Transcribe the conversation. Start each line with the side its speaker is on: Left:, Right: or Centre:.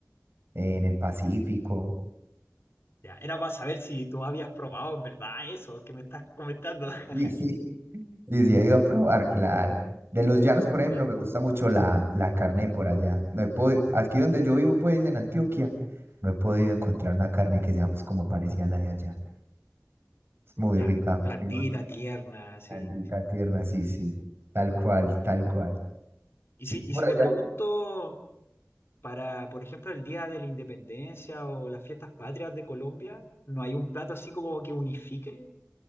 Right: en el Pacífico. <laughs>
Left: ya. Era para saber si tú habías probado en verdad eso que me estás comentando. <laughs>
Right: Sí, sí, sí, sí, he ido a probar, claro. De los llanos, por ejemplo,
Left: Ya,
Right: me gusta mucho la, la carne de por allá. No he podi- aquí donde yo vivo, pues, en Antioquia, no he podido encontrar una carne que sea, pues, como parecía la de allá. Es muy
Left: ya.
Right: rica,
Left: Blandita,
Right: pero
Left: tierna, así.
Right: blandita, tierna, sí, sí, tal cual, tal cual.
Left: Y si,
Right: ¿Y tú
Left: y
Right: por
Left: si
Right: allá?
Left: te pregunto, para, por ejemplo, el Día de la Independencia o las fiestas patrias de Colombia, ¿no hay un plato así como que unifique?